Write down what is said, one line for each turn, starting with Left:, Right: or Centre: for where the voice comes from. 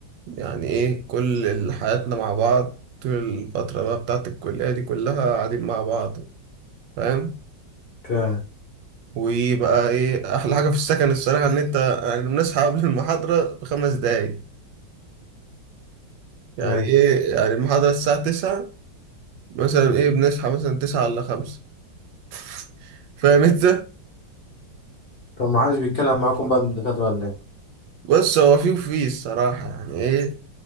Right: يعني إيه كل ال- حياتنا مع بعض طول الفترة بقى بتاعت الكلية دي كلها قاعدين مع بعض فاهم
Left: ك-
Right: ويبقى ايه احلى حاجه في السكن الصراحه ان انت يعني بنصحى قبل المحاضره بخمس دقايق يعني
Left: ايوه
Right: ايه يعني المحاضره الساعه 9 مثلا ايه بنصحى مثلا 9 الا 5 <laughs> فاهم انت
Left: طب ما حدش بيتكلم معاكم بقى من الدكاترة ولا ايه
Right: بص هو فيه وفيه الصراحه يعني ايه